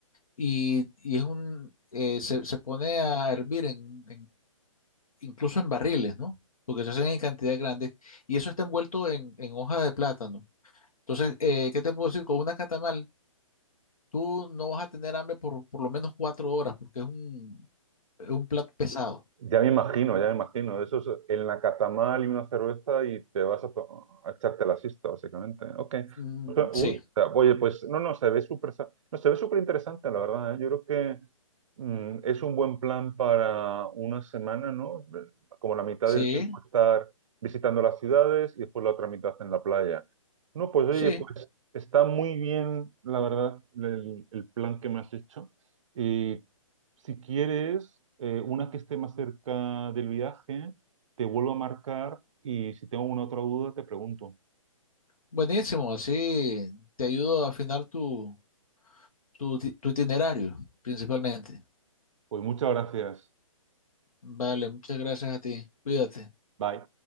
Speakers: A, on the left; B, on the right.
A: y, y es un, eh, se, se pone a hervir en incluso en barriles, ¿no? Porque se hacen en cantidades grandes y eso está envuelto en, en hoja de plátano. Entonces, eh, ¿qué te puedo decir? Con una catamal, tú no vas a tener hambre por por lo menos cuatro horas porque es un, es un plato pesado.
B: Ya me imagino, ya me imagino. Eso es en la catamal y una cerveza y te vas a, to- a echarte la siesta, básicamente. Ok.
A: Mm,
B: O sea, uy,
A: sí,
B: o sea, oye, pues no, no, se ve súper, sa- no, se ve súper interesante, la verdad, ¿eh? Yo creo que mm, es un buen plan para una semana, ¿no? Como la mitad
A: sí,
B: del tiempo estar visitando las ciudades y después la otra mitad en la playa. No, pues oye,
A: sí.
B: pues está muy bien, la verdad, el, el plan que me has hecho. y si quieres, eh, una que esté más cerca del viaje, te vuelvo a marcar y si tengo una otra duda, te pregunto.
A: Buenísimo, así te ayudo a afinar tu, tu, ti- tu itinerario, principalmente.
B: Pues muchas gracias.
A: Vale, muchas gracias a ti. Cuídate.
B: Bye.